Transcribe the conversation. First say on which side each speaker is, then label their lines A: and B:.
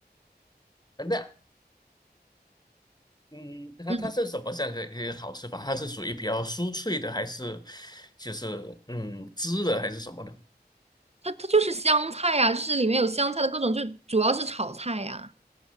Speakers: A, on the left; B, on the right.
A: 那嗯，它它是什么样的一个好吃法？
B: 嗯，
A: 它是属于比较酥脆的，还是就是嗯汁的，还是什么的？
B: 它它就是香菜呀、啊就是里面有香菜的各种，就主要是炒菜呀、